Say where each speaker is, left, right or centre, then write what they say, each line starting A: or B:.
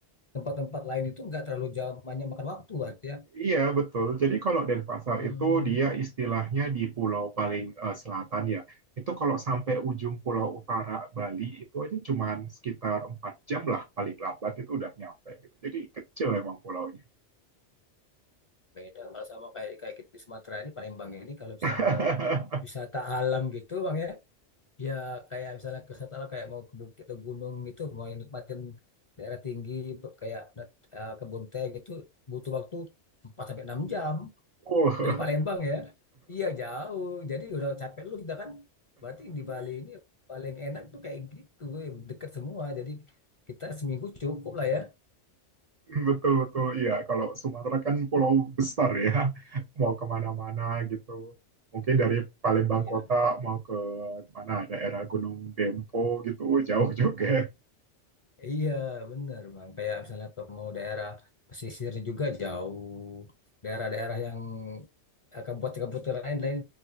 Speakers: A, on the left (about 35°); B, on the right (about 65°).
A: tempat-tempat lain itu nggak terlalu jauh banyak makan waktu berarti ya.
B: Iya, betul. Jadi kalau Denpasar
A: Hmm,
B: itu dia istilahnya di pulau paling eh, selatan ya. Itu kalau sampai ujung pulau utara Bali itu aja cuman sekitar 4 jam lah paling lambat itu udah nyampe gitu. Jadi kecil emang pulaunya.
A: beda kalau sama kayak kayak kita di Sumatera ini Palembang ini kalau misalnya
B: <laughs>
A: mau wisata alam gitu bang ya, ya kayak misalnya ke wisata alam kayak mau ke bukit atau gunung gitu mau nikmatin daerah tinggi kayak eh, kebun teh gitu butuh waktu 4 sampai 6 jam.
B: Oh
A: Dari
B: <laughs>
A: Palembang ya? Iya jauh. Jadi udah capek dulu kita kan. Berarti di Bali ini paling enak tuh kayak gitu, dekat semua. Jadi kita seminggu cukup lah ya.
B: Betul betul iya kalau Sumatera kan pulau besar ya mau kemana-mana gitu mungkin dari Palembang
A: Iya,
B: kota mau ke mana daerah Gunung Dempo gitu jauh juga
A: iya bener bang. Kayak misalnya ke mau daerah pesisirnya juga jauh, daerah-daerah yang eh, kabupaten-kabupaten lain lain